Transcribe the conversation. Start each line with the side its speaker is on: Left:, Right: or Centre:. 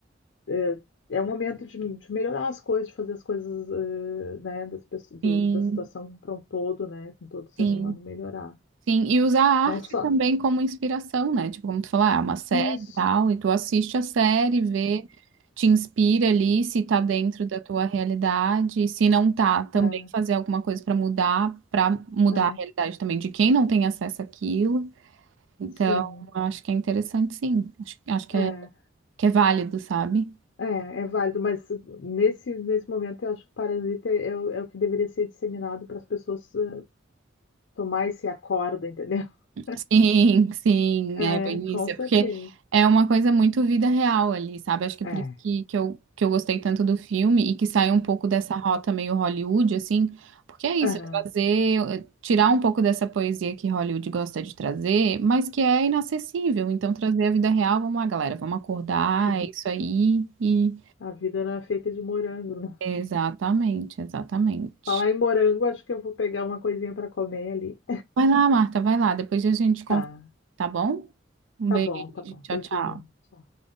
Left: eh, É, um momento de, de melhorar as coisas, de fazer as coisas, eh, né, das, pesso- do-
Right: Sim,
Left: da situação para um todo, né, com todo ser
Right: sim.
Left: humano melhorar.
Right: Sim, e usar a
Left: Não
Right: arte
Left: só.
Right: também como inspiração, né? Tipo, como tu falar, ah, é uma série
Left: Isso.
Right: e tal, e tu assiste a série, vê, te inspira ali, se tá dentro da tua realidade, e se não tá, também
Left: É, é,
Right: fazer alguma coisa pra mudar, pra mudar
Left: é,
Right: a realidade também de quem não tem acesso àquilo. Então,
Left: sim.
Right: eu acho que é interessante, sim. Acho, acho que
Left: É.
Right: é, que é válido, sabe?
Left: É, é válido, mas nesse, nesse momento eu acho que parasita é, é o é o que deveria ser disseminado para as pessoas eh, tomar esse acorda, entendeu? <laughs>
Right: Sim, sim,
Left: É,
Right: é bem
Left: com
Right: isso.
Left: certeza.
Right: É porque é uma coisa muito vida real ali, sabe? Acho que
Left: É.
Right: é por isso que, que eu, que eu gostei tanto do filme e que sai um pouco dessa rota meio Hollywood, assim. Porque é isso,
Left: Aham,
Right: é trazer, é tirar um pouco dessa poesia que Hollywood gosta de trazer, mas que é inacessível. Então, trazer a vida real, vamos lá, galera, vamos acordar,
Left: sim.
Right: é isso aí. E...
Left: A vida não é feita de morango, né?
Right: Exatamente, exatamente.
Left: Falar em morango, acho que eu vou pegar uma coisinha para comer ali.
Right: Vai lá, Marta, vai lá, depois a gente conversa,
Left: Tá,
Right: tá bom? Um
Left: tá
Right: beijo,
Left: bom, tá bom.
Right: tchau,
Left: Beijinho.
Right: tchau.
Left: Tchau.